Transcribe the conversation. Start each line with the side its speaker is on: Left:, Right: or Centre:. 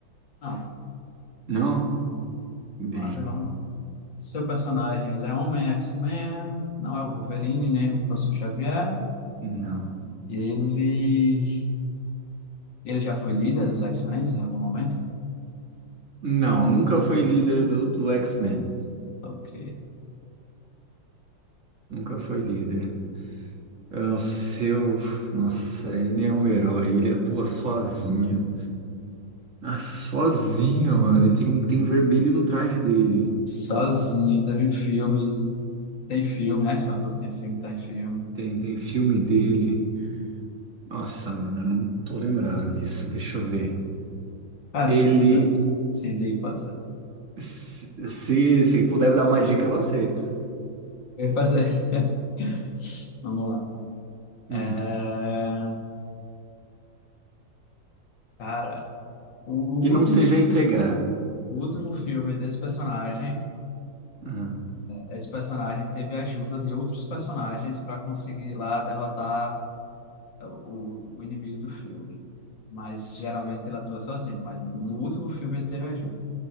Left: Não,
Right: Não? Bem,
Left: não é vilão, não. Seu personagem, ele é homem X-Men, não é o Wolverine, nem o Professor Xavier.
Right: não.
Left: Ele, ele já foi líder dos X-Men em algum momento?
Right: Não, nunca foi líder do, do X-Men.
Left: Ok.
Right: Nunca foi líder. É o seu. Nossa, ele é um herói. Ele atua sozinho. Ah, sozinho, mano. E tem, tem vermelho no traje dele.
Left: Sozinho, teve filmes tem filme, né? Espantoso tem filme, tá em filme.
Right: Tem, tem filme dele. Nossa, mano, eu não tô lembrado disso. Deixa eu ver.
Left: Ah,
Right: Ele.
Left: se você quiser, sim, daí pode ser.
Right: Se, se se puder me dar uma dica, eu aceito.
Left: Eu ia fazer. <laughs> Vamos lá. É,
Right: Hum.
Left: Cara, o último,
Right: Que não seja
Left: fi-
Right: entregar.
Left: o último filme desse personagem.
Right: Ah.
Left: É, esse personagem teve a ajuda de outros personagens para conseguir lá derrotar é, o, o inimigo do filme. Mas geralmente ele atua sozinho, mas no último filme ele teve ajuda.